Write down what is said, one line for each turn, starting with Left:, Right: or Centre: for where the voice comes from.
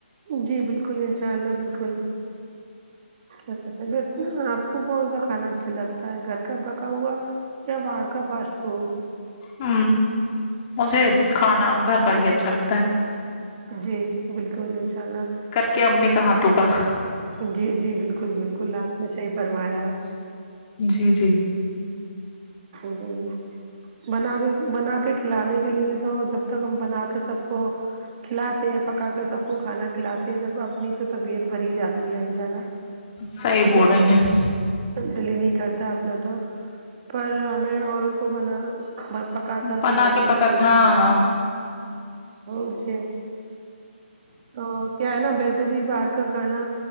Right: جی بالکل انشاء اللہ بالکل کیا کہتے ہیں بس ن آ کون سا کھانا اچھا لگتا ہے تا ہے گھر کا پکا ہوا یا باہر کا فاسٹ فوڈ
Left: ہ مجھے کھانا گھر کا ہی اچھا لگتا
Right: جی بالکل انشاء اللہ
Left: کیا امی کہاں ت کا <inaudible>
Right: جی جی بالکل بالکل آپ نے صحیح پروایا ہے
Left: جی جی
Right: ج جی <inaudible> بنا کے بنا کے کھلانے کے لیے تو جب تک ہم بنا کے سب کو کھلاتے ہیں پکا کے سب کو کھانا کھلاتے ہیں جب اپنی تو طبیعت بڑھی ہی جاتی انا
Left: صحیح
Right: اپنا
Left: بول رہی
Right: تو
Left: ہیں
Right: دلی نہیں کرتا اپنا تو پر ہمیں اوروں کو بنا پکا کر
Left: بنا
Right: کھلانا
Left: کے پکا
Right: پسند
Left: کے ہاں
Right: ہے ا جے تو کیا ہے نا بیس <inaudible> ج بھی باہر کا کھانا